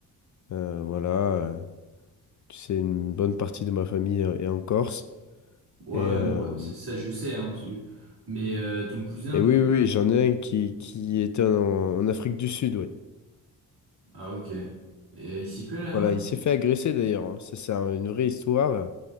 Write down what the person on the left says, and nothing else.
Euh, voilà, euh, tu sais, une bonne partie de ma famille euh, est en Corse.
Et,
euh,
et
oui,
oui, oui, j'en ai un qui, qui était en, en Afrique du Sud, oui.
Voilà, il s'est fait agresser d'ailleurs. hein. Ça, c'est un- une vraie histoire.